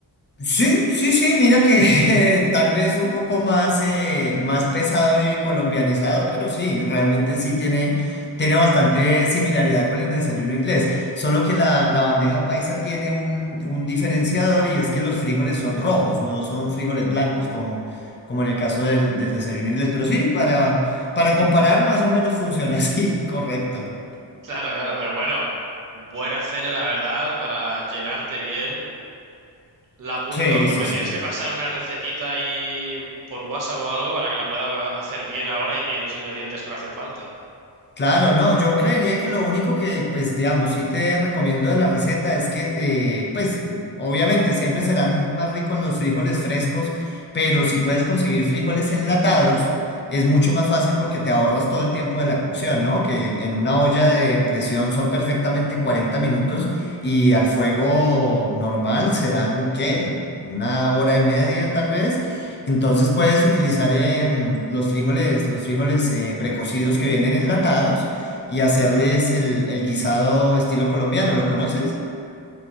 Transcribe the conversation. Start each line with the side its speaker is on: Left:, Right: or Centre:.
Left: Sí, sí, sí, mira que <laughs> tal vez un poco más, eh, más pesado y colombianizado, pero sí, realmente sí tiene, tiene bastante similaridad con el desayuno inglés, solo que la, la bandeja paisa tiene un, un diferenciador y es que los frijoles son rojos, no son frijoles blancos como, como en el caso del, del desayuno inglés, pero sí, para, para comparar más o menos funciona <laughs> así, correcto.
Right: Claro, claro, pero bueno, buena cena, la verdad, para llenarte bien. La apunto.
Left: Sí,
Right: Pues
Left: sí,
Right: me
Left: sí.
Right: tienes que pasar una recetita ahí por WhatsApp o algo para que la pueda hacer bien ahora y pille los ingredientes que me hacen falta.
Left: Claro, no, yo creería que lo único que, pues, digamos, sí te recomiendo de la receta es que, eh, pues, mm, obviamente siempre serán más ricos los frijoles frescos, pero si puedes conseguir frijoles enlatados, es mucho más fácil porque te ahorras todo el tiempo de la cocción, ¿no? Que en una olla de presión son perfectamente 40 minutos y al fuego normal serán, ¿qué? Una hora y media tal vez. Entonces puedes utilizar em, los frijoles, los frijoles eh, precocidos que vienen enlatados y hacerles el, el guisado estilo colombiano. ¿Lo conoces?